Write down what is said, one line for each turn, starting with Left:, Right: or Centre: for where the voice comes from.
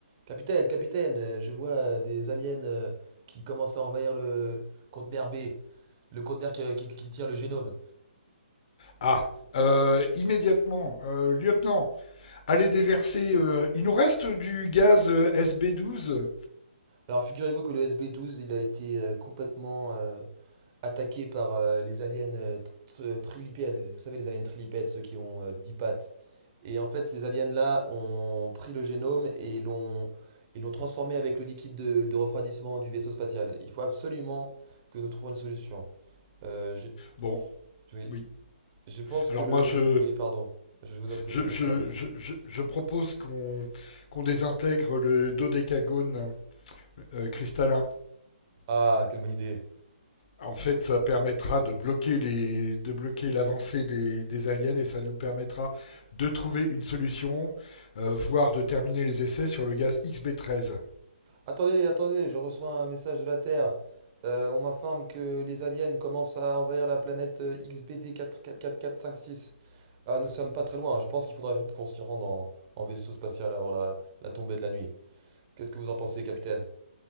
Right: Capitaine, capitaine, euh, je vois euh, des aliens euh, qui commencent à envahir le conteneur B, le conteneur qui, euh, qui- qui tient le génome.
Left: Ah, euh, immédiatement, euh, lieutenant, allez déverser. euh, il nous reste du gaz euh, sb douze
Right: Alors figurez-vous que le SB-12, il a été euh, complètement euh, attaqué par euh, les aliens euh, t- t- trilipèdes. Vous savez, les aliens trilipèdes, ceux qui ont euh, 10 pattes. Et en fait, ces aliens-là ont pris le génome et l'ont ils l'ont transformé avec le liquide de, de refroidissement du vaisseau spatial. Il faut absolument que nous trouvions une solution. Euh, je,
Left: Bon,
Right: je vais-
Left: oui.
Right: Je pense
Left: Alors
Right: que le...
Left: moi, je,
Right: le- Oui, pardon. Je je vous écoute,
Left: je,
Right: euh, capitaine.
Left: je, je, je- je propose qu'on qu'on désintègre le dodécagone euh, cristallin.
Right: Ah, quelle bonne idée.
Left: En fait, ça permettra de bloquer les, de bloquer l'avancée des, des aliens et ça nous permettra de trouver une solution, euh, voire de terminer les essais sur le gaz xb treize
Right: Attendez, attendez, je reçois un message de la Terre. Euh, on m'informe que les aliens commencent à envahir la planète euh, XBD 444456. Ah, nous sommes pas très loin. Je pense qu'il faudra vite qu'on s'y rende en, en vaisseau spatial avant la, la tombée de la nuit. Qu'est-ce que vous en pensez, capitaine?